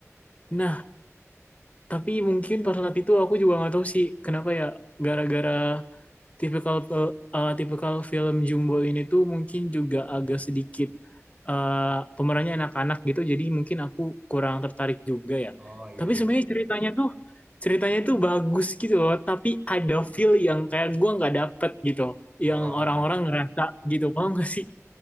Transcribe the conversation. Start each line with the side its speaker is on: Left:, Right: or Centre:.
Left: nah, tapi mungkin pada saat itu aku juga nggak tahu sih kenapa ya gara-gara tipikal eh, tipikal film Jumbo ini tuh mungkin juga agak sedikit eh, pemerannya anak-anak gitu jadi mungkin aku kurang tertarik juga ya
Right: Oh, iya,
Left: tapi
Right: iya,
Left: sebenarnya
Right: iya.
Left: ceritanya tuh ceritanya tuh bagus gitu loh tapi ada feel yang kayak gua nggak dapet gitu yang
Right: Oh,
Left: orang-orang
Right: iya, iya.
Left: ngerasa gitu paham gak sih